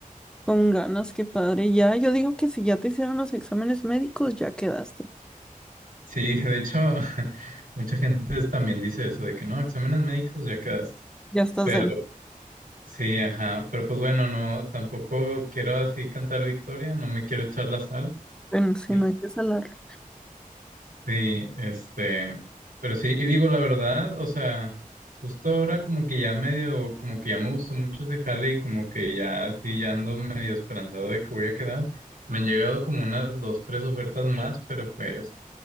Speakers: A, in the centre; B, on the right (about 75°).
A: Con ganas, qué padre. Ya, yo digo que si ya te hicieron los exámenes médicos, ya quedaste.
B: Sí, de hecho, <laughs> mucha gente es- también dice eso de que no, exámenes médicos ya quedaste.
A: Ya estás
B: Pero
A: dentro.
B: sí, ajá, pero pues bueno, no, tampoco quiero así cantar victoria, no me quiero echar la sal.
A: Bueno, si
B: Eh,
A: no hay que salarlo.
B: Sí, este, pero sí, y digo la verdad, o sea, justo ahora como que ya medio, como que ya me gustó mucho ese jale y como que ya sí, ya ando medio esperanzado de que voy a quedar. Me han llegado como unas dos, tres ofertas más, pero pues